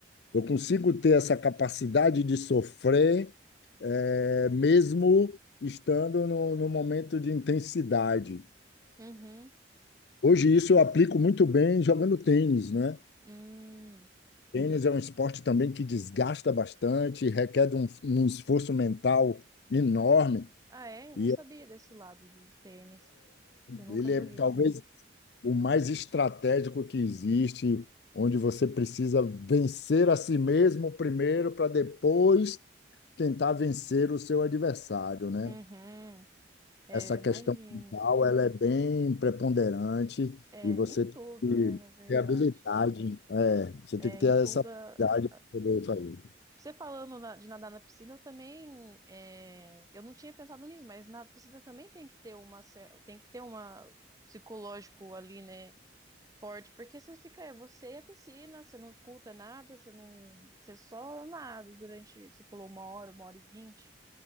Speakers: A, on the left; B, on the right.
A: eu consigo ter essa capacidade de sofrer, eh, mesmo estando no, no momento de intensidade.
B: uhum, uhum.
A: Hoje isso eu aplico muito bem jogando tênis, né?
B: Hum.
A: Tênis é um esporte também que desgasta bastante, requer um, um esforço mental enorme,
B: Ah, é? Eu
A: e
B: não sabia
A: é,
B: desse lado do tênis. Eu nunca
A: ele
B: joguei
A: é talvez
B: tênis.
A: o mais estratégico que existe, onde você precisa vencer a si mesmo primeiro para depois tentar vencer o seu adversário, né?
B: Uhum. É,
A: Essa
B: eu imagino.
A: questão mental, ela é bem preponderante
B: É,
A: e você
B: em
A: tem
B: tudo,
A: que
B: né, na verdade.
A: ter habilidade, é, você
B: É,
A: tem que ter
B: em tudo.
A: essa habilidade
B: a-
A: para poder fazer.
B: Você falando na- de nadar na piscina, eu também. é, eu não tinha pensado nisso, mas na piscina também tem que ter uma, cer- tem que ter uma psicológico ali, né, forte, porque você fica, é você e a piscina, você não escuta nada, você não, você só nada durante, você falou uma hora, uma hora e vinte.